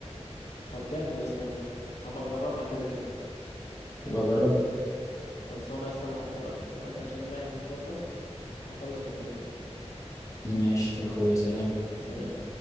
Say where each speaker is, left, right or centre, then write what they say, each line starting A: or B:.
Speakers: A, on the left; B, on the left.
A: طب جامد يا اسطى والله هبقى اجربها كده كده
B: يبقى جربها
A: خلصانه يا اسطى انا هضطر اقفل دلوقتي عشان رايح مشوار بس واخلص واكلمها
B: ماشي يا اخويا سلام
A: سلام